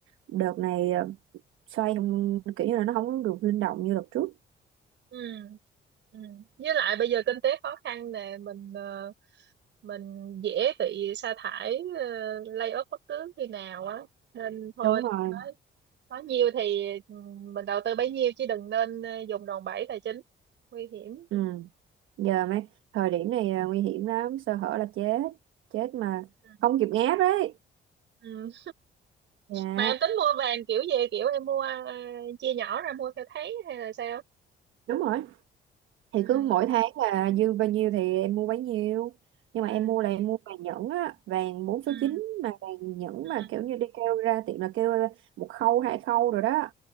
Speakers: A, on the right; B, on the right.
A: đợt này xoay không kiểu như là nó không được linh động như đợt trước
B: ừ. Ừ. Với lại bây giờ kinh tế khó khăn nè mình ờ, mình dễ bị sa thải ờ, lay off bất cứ khi nào á nên thôi
A: đúng rồi
B: nói nói nhiều thì ừ, mình đầu tư bấy nhiêu chứ đừng nên ờ, dùng đòn bẩy tài chính nguy hiểm
A: ừ. giờ mấy thời điểm này à, nguy hiểm lắm sơ hở là chết chết mà
B: ừ.
A: không kịp ngáp đấy
B: Ừ.
A: dạ
B: mà em tính mua vàng kiểu gì kiểu em mua ờ, chia nhỏ ra mua theo tháng hay là sao
A: đúng rồi thì
B: ừ.
A: cứ mỗi tháng là dư bao nhiêu thì em mua bấy nhiêu nhưng
B: Ừ.
A: mà em mua là em mua vàng nhẫn á vàng bốn
B: Ừ.
A: số chín mà vàng nhẫn
B: Ừ.
A: mà kiểu như đi kêu ra tiệm là kêu à, một khâu hai khâu rồi đó